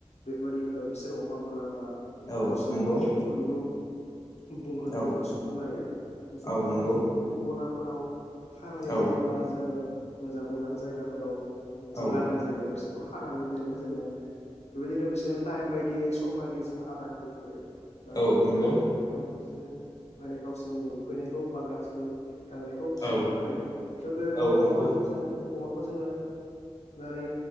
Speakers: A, on the left; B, on the left.
A: बेफोरबायदिओ अमाफोरा बा
B: औ
A: गावसोरनि
B: नंगौ
A: उदैखौ बुंहोनो
B: औ
A: हायो बा सुफुंनो हायो बिसोरखौ
B: औ
A: जोङो
B: नंगौ
A: गलाफोराव खानानै
B: औ
A: दोनोबा जोङो मोजां उदां जायगाफोराव मोनसे
B: औ
A: लांदां जायगायाव बिसोर खानानै‌ दोनो जों बेबायदिनो बिफोर टाइम बायदियै सम बायदियै जोङो आदार होबाय थायो दा
B: औ
A: बेबायदि
B: नंगौ
A: आदार होनायाव बिसोरो माने गावसोरनि उफैनायखौ बा गावसोरनि गांनायखौ खौ सुफुंनो
B: औ
A: हायो था बेबायदिनो
B: औ नंगौ
A: अमाजों जोङो अमाखौ जोङो माने